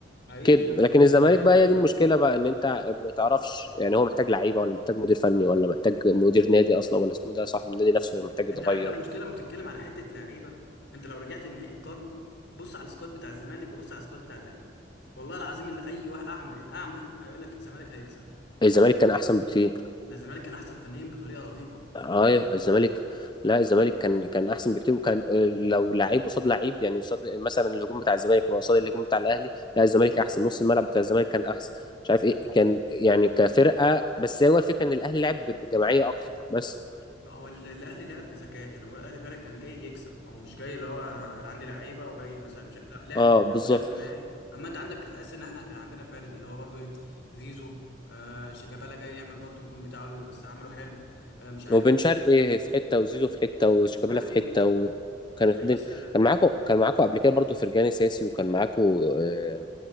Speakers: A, on the left (about 65°); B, on the left (about 25°).
A: حقيقي
B: كده
A: فعلا
B: لكن الزمالك
A: فعلا
B: بقى
A: الاهلي
B: هي دي المشكله بقى ان انت ما تعرفش يعني هو محتاج لعيبه ولا محتاج مدير فني ولا محتاج مدير نادي اصلا ولا اسمه ده صاحب النادي نفسه محتاج يتغير
A: انت عارف لو المشكله ما بتتكلم على حته لعيبه انت لو رجعت لنهائي القرن بص على السكواد بتاع الزمالك وبص على السكواد بتاع الاهلي والله العظيم اللي اي واحد اعمى الاعمى هيقول لك الزمالك هيكسب
B: الزمالك كان احسن بكتير
A: ده الزمالك كان احسن فنيا بطريقه رهيبه
B: اه
A: بطريقه رهيبه
B: الزمالك لا الزمالك كان كان احسن بكتير وكان آه، لو لعيب قصاد لعيب يعني قصاد مثلا الهجوم بتاع الزمالك قصاد الهجوم بتاع الاهلي لا الزمالك احسن نص الملعب بتاع الزمالك كان احسن مش عارف ايه كان يعني كفرقه بس هو الفكره ان الاهلي لعب بجماعيه اكتر بس
A: هو ال- الاهلي لعب بذكاء يعني هو الاهلي فعلا كان جاي يكسب هو مش جاي اللي هو انا أنا عندي لعيبه وجاي مثلا مش... لا لعب
B: اه
A: بذكاء
B: بالظبط
A: ولعب جماعي اما انت عندك تحس ان احنا كان عندنا فردي اللي هو برضو ايه زيزو آه شيكابالا جاي يعمل برضو الجون بتاعه اللي بس عمله حلو آه مش عارف
B: وبن
A: مين.
B: شرقي في حته وزيزو في حته وشيكابالا
A: حقيقي
B: في حته وكانت
A: حقيقي
B: الدنيا
A: بس
B: كان معاكم كان معاكم قبل كده برضو فرجاني ساسي وكان معاكم آه،